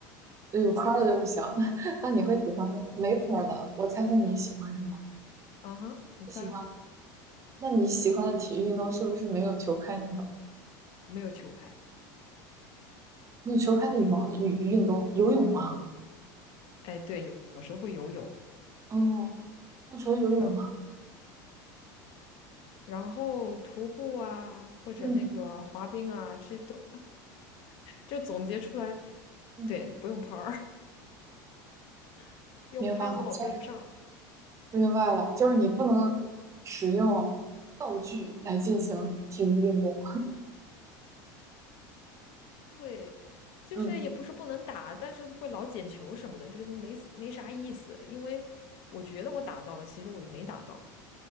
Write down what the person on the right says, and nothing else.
呃有拍儿的就不行，<laughs> 那那你会喜欢没拍儿的？我猜猜你喜欢什么？
喜欢。那你喜欢的体育运动是不是没有球拍那种？
没有球拍的羽毛运运动，游泳吗？
哦，那除了游泳呢？
嗯
嗯，
明白了，其实明白了，就是你不能使用具来进行体育运动。
<laughs>
嗯